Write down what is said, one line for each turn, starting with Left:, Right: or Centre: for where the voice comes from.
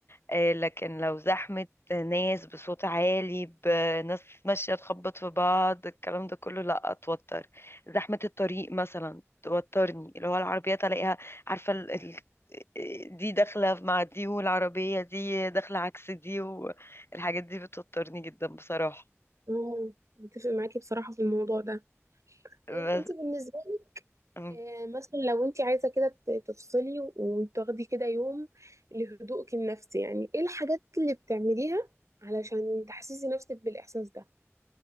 Left: آه، لكن لو زحمة ناس بصوت عالي بناس ماشية تخبط في بعض الكلام ده كله لأ أتوتر زحمة الطريق مثلا توترني اللي هو العربيات ألاقيها عارفة ال... ال... دي داخلة مع دي والعربية دي داخلة عكس دي الحاجات دي بتوترني جدا بصراحة
Right: مم، متفق معاكي بصراحة في الموضوع ده
Left: بس
Right: طيب انتي بالنسبة
Left: أم.
Right: آه، مثلا لو انت عايزه كده ت- تفصلي و- وتاخدي كده يوم لهدوءك النفسي يعني ايه الحاجات اللي بتعمليها علشان تحسسي نفسك بالاحساس ده